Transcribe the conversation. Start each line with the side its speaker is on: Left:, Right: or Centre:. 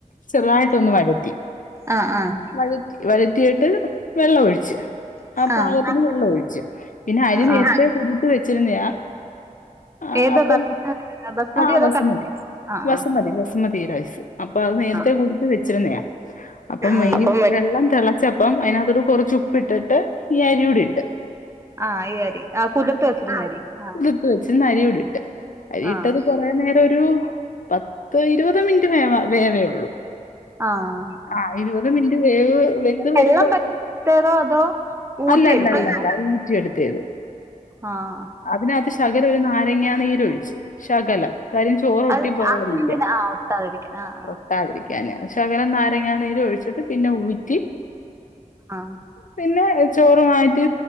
Left: ചെറുതായിട്ടൊന്ന് വഴറ്റി.
Right: ആഹ് ആഹ്
Left: വഴറ്റി വഴറ്റിയിട്ട് വെള്ളം ഒഴിച്ച്. ആ പാകത്തിന്
Right: ആഹ്
Left: വെള്ളം ഒഴിച്ചു പിന്നെ അരി
Right: ആഹ്
Left: നേരത്തെ
Right: ആഹ്
Left: കുതിർത്ത് വെച്ചിരുന്നയാ. ആ
Right: ഏതാ
Left: അപ്പം
Right: ബസ്മതി
Left: ആ
Right: അതോ
Left: ബസ്മതി
Right: കടല ആഹ്
Left: ബസ്മതി ബസ് മതി റൈസ് അപ്പൊ അത് നേരത്തെ
Right: ആഹ്
Left: കുതിർത്തി വെച്ചിരുന്നയാ അപ്പം
Right: ആഹ്
Left: ഈ വെള്ളം തിള ചപ്പം അതിനകത്തോട് കുറച്ച് ഉപ്പ് ഇട്ടിട്ട് ഈ അരി കൂടി ഇട്ട്.
Right: ആഹ് ഈ അരി ആ കുതിർത്തി വെച്ചിരുന്ന അരി. ആഹ്
Left: ഇട്ട് വെച്ചിരുന്ന അരി കൂടിട്ട് അരി
Right: ആഹ്
Left: ഇട്ടത് കൊറേ നേര ഒരു പത്ത് ഇരുപത് മിനിറ്റ് വേ വേവേയുള്ളൂ.
Right: ആഹ്
Left: ആ ഇരുപത് മിനിറ്റ് വേവ് വെന്ത്
Right: വെള്ളം
Left: വരുമ്പോഴ
Right: വറ്റിച്ചെടുത്തേതോ അതോ ഊറ്റിയെടുത്തയാണോ
Left: അല്ലല്ലല്ലല്ല ഊറ്റിയെടുത്തേത്.
Right: ആഹ്.
Left: അതിനകത്ത് ശകലം ഒരു നാരങ്ങ നീരൊഴിച്ചു ശകലം. കാര്യം ചോറ് ഒട്ടി
Right: അത്
Left: പോവാതിരിക്കാൻ
Right: അതെന്തിനാ ആ ഒട്ടാതിരിക്കാൻ ആഹ് ആഹ്
Left: ഒട്ടാതിരി ക്കാന് ശകലം നാരങ്ങാ നീര് ഒഴിച്ചിട്ട് പിന്നെ ഊറ്റി
Right: ആഹ്.
Left: പിന്നെ ചോറ് മാറ്റി